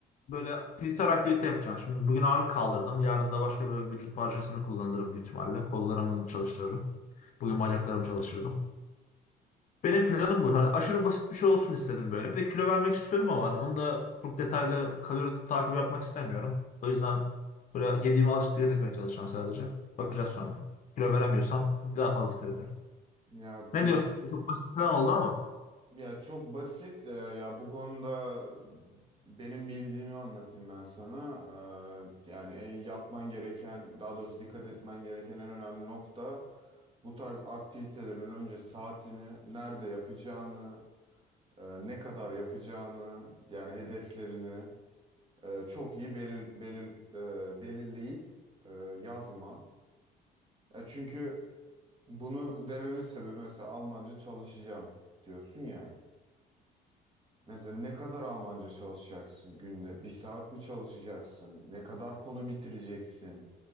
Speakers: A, on the left; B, on the right.
A: böyle fiziksel aktivite yapacağım. Şimdi bugün ağırlık kaldırdım. Yarın da başka bir vücut parçasını kullanırım büyük ihtimalle. Kollarımı çalıştırırım. Bugün bacaklarımı çalıştırdım. Benim planım bu. Hani aşırı basit bir şey olsun istedim böyle. Bir de kilo vermek istiyorum ama hani onu da çok detaylı kalori takip yapmak istemiyorum. O yüzden böyle yediğime azıcık dikkat etmeye çalışacağım sadece. Bakacağız sonra. Kilo veremiyorsam daha fazla dikkat ederim.
B: Ya pi
A: Ne diyorsun? Çok basit plan oldu ama.
B: ya çok basit. Ee, ya bu konuda benim bildiğimi anlatayım ben sana. Ee, yani en yapman gereken, daha doğrusu dikkat etmen gereken en önemli nokta bu tarz aktivitelerin önce saatini, nerede yapacağını, e, ne kadar yapacağını, yani hedeflerini e, çok iyi belir, belir, e, belirleyip e, yazman. Ya çünkü Bunu dememin sebebi mesela Almanca çalışacağım diyorsun ya. Mesela ne kadar Almanca çalışacaksın günde? Bir saat mi çalışacaksın? Ne kadar konu bitireceksin?